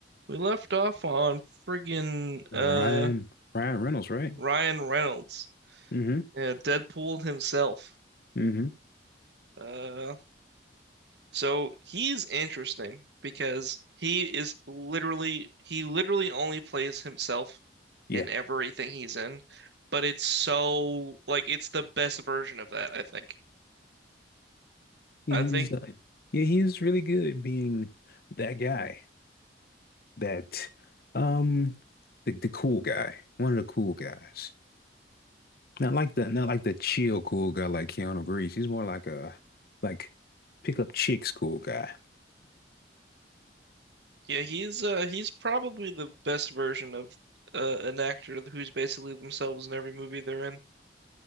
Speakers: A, on the right; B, on the left.
A: We left off on friggin' uh
B: Ryan Ryan Reynolds, right?
A: Ryan Reynolds,
B: Mm-hmm.
A: uh, Deadpool himself.
B: Mm-hmm.
A: Uh, so he's interesting because he is literally he literally only plays himself
B: Yeah.
A: in everything he's in, but it's so like it's the best version of that, I think.
B: Yeah,
A: I
B: He's
A: think
B: uh, yeah, he's really good being that guy. That um the, the cool guy. One of the cool guys. Not like the not like the chill cool guy like Keanu Reeves. He's more like a like pick up chicks cool guy.
A: yeah, he's uh he's probably the best version of uh, an actor who's basically themselves in every movie they're in.